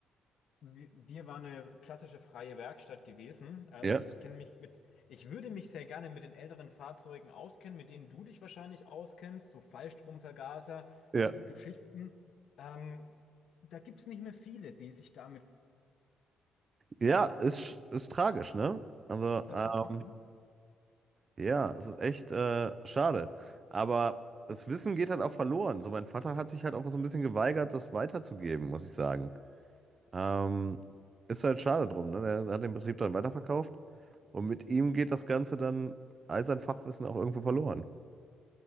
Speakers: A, on the left; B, on the right.
A: wir, wir waren eine klassische freie Werkstatt gewesen. Also
B: Ja,
A: ich kenne mich mit, ich würde mich sehr gerne mit den älteren Fahrzeugen auskennen, mit denen du dich wahrscheinlich auskennst, so Fallstromvergaser,
B: ja,
A: diese Geschichten. Ähm, da gibt es nicht mehr viele, die sich damit
B: ja, ist, ist tragisch, ne? Also
A: dafür
B: ähm,
A: zu jung.
B: Ja, es ist echt äh, schade. Aber das Wissen geht halt auch verloren. So, mein Vater hat sich halt auch so ein bisschen geweigert, das weiterzugeben, muss ich sagen. Ähm, ist halt schade drum, ne? Der hat den Betrieb dann weiterverkauft und mit ihm geht das Ganze dann all sein Fachwissen auch irgendwo verloren.